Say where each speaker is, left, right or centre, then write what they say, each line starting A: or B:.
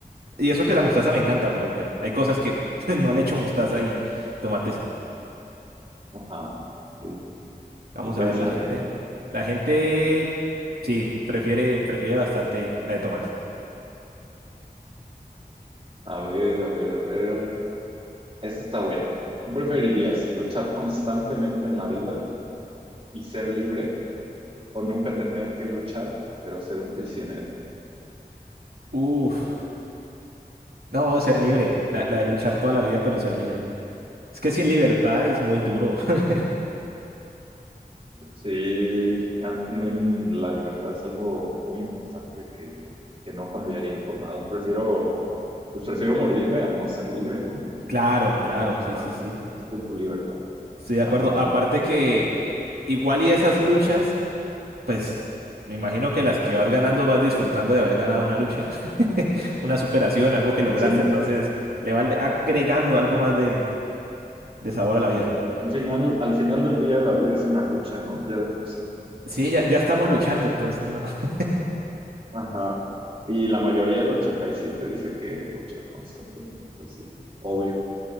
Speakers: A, on the right; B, on the right.
A: Y eso que la mostaza me encanta, pero pues hay cosas que <laughs> no le echo mostaza y tomate sí.
B: Ajá. Sí.
A: Vamos
B: ¿Y qué
A: a
B: dice
A: ver, la
B: la
A: gente.
B: gente?
A: La gente sí, prefiere, prefiere bastante la de tomate.
B: A ver, a ver, a ver. Esto está bueno. ¿Qué ¿Preferirías luchar constantemente en la vida y ser libre o nunca tener que luchar, pero ser un prisionero?
A: Uf, no, ser libre. La, la de luchar toda la vida, pero ser libre. Es que sin libertad es muy duro. <laughs>
B: Sí, a mí también la libertad es algo muy importante que, que no cambiaría por nada. Prefiero, pues prefiero morirme a no ser libre, ¿no? Imagínate
A: Claro,
B: estar
A: claro,
B: encerrado,
A: sí, sí, sí.
B: que te quiten tu libertad.
A: Estoy de
B: Ajá.
A: acuerdo. Aparte que igual y esas luchas. Pues me imagino que las que vas ganando vas disfrutando de haber ganado una lucha, <laughs> una superación, algo que
B: Pues
A: lograste,
B: sí,
A: entonces le va agregando algo más de, de sabor a la vida.
B: porque al final, al final del día la vida es una lucha, ¿no? Ya de por sí.
A: Sí, ya, ya estamos luchando, entonces no. <laughs>
B: Ajá. Y la mayoría del ochenta y siete dice que lucha constantemente, pues sí, obvio.